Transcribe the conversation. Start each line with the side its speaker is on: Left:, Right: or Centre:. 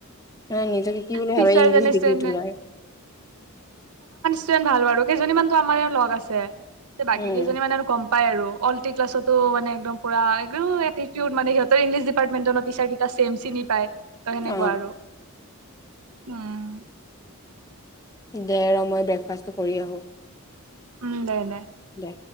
Left: নাই নিজকে কি বুলি
Right: টিচাৰজনে
Left: ভাবে ইংলিছ ডিগ্ৰী টো লয়।
Right: ইষ্টোডেনট ভাল বাৰু কেইজনীমানতো আমাৰে লগ আছে। বাকী
Left: উম
Right: কেইজনী মানে আৰু কম। পায় আৰু অল্টি ক্লাছতো মানে একদম পুৰা এটিটিউড মানে সিহঁতৰ ইংলিছ ডিপাৰ্টমেণ্টৰ নহ টিচাৰ কিটা চেম চিনি পায়। ত' সেনেকুৱা
Left: অ
Right: আৰু। উম।
Left: দে আৰু মই ব্ৰেকফাষ্ট কৰি আহো।
Right: উম, দে দে।
Left: দে।